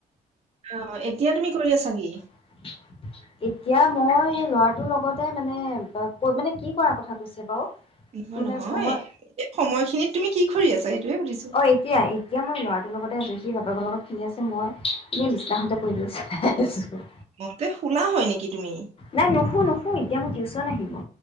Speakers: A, on the right; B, on the left.
A: অঁ এতিয়া তুমি কৰি আছা কি?
B: <inaudible> এতিয়া মই লৰাটোৰ লগতে মানে ক মানে কি কৰাৰ কথা কৈছে বাৰু?
A: নহয়
B: মানে
A: নহয়
B: মই
A: এই সময়খিনিত তুমি কি কৰি আছা সেইটোৱে সুধিছোঁ?
B: অ', এতিয়া এতিয়া মই ল'ৰাটোৰ লগতে আছোঁ, সি বাপেকৰ লগত খেলি আছে মই এনেই বিছনাখনঁতে পৰি লৈ চাই আছোঁ।
A: মতে শুলা হয় নেকি তুমি?
B: নাই নুশু নুশু এতিয়া মোৰ টিউশচন আহিব।